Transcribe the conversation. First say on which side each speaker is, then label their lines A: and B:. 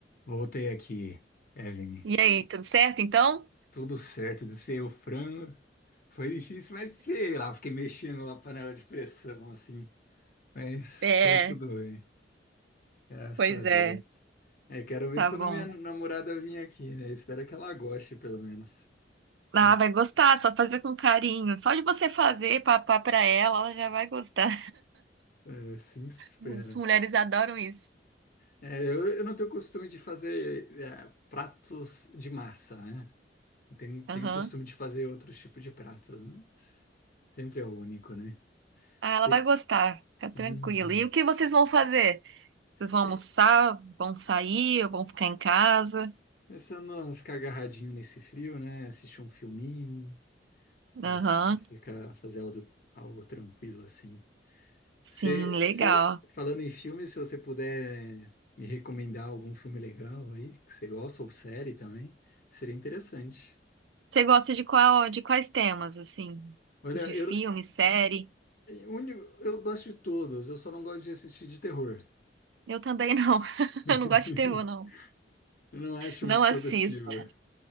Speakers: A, on the left; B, on the right.
A: Voltei aqui, Evelyn.
B: E aí, tudo certo então?
A: Tudo certo, desfiei o frango. Foi difícil, mas desfiei lá. Fiquei mexendo na panela de pressão, assim. Mas
B: É,
A: foi tudo bem. Graças
B: pois
A: a Deus.
B: é.
A: É, quero ver
B: Tá
A: quando
B: bom.
A: minha namorada vir aqui, né? Espero que ela goste, pelo menos.
B: Ah,
A: né?
B: vai gostar, só fazer com carinho. Só de você fazer papá pra ela, ela já vai gostar.
A: É, sim, espera.
B: <laughs> As mulheres adoram isso.
A: É, eu, eu não tenho costume de fazer é, pratos de massa, né? Eu Tenho, tenho
B: Aham.
A: costume de fazer outros tipos de pratos, mas sempre é o único, né?
B: Ah, ela
A: Pe-
B: vai gostar, fica tranquila.
A: Uhum.
B: E o que vocês vão fazer? Vocês vão
A: Pe-
B: almoçar, vão sair, ou vão ficar em casa?
A: Pensando a ficar agarradinho nesse frio, né? Assistir um filminho, assi-
B: Aham.
A: ficar, fazer algo, algo tranquilo assim.
B: Sim,
A: Você,
B: legal.
A: você, falando em filme, se você puder me recomendar algum filme legal aí, que você gosta, ou série também, seria interessante.
B: Você gosta de qual, de quais temas, assim?
A: Olha,
B: De
A: eu,
B: filme, série?
A: eu, uni- eu gosto de todos, eu só não gosto de assistir de terror.
B: Eu também não. <laughs>
A: <laughs>
B: Eu não gosto de terror, não.
A: Eu não acho
B: Não
A: muito
B: assisto.
A: produtivo.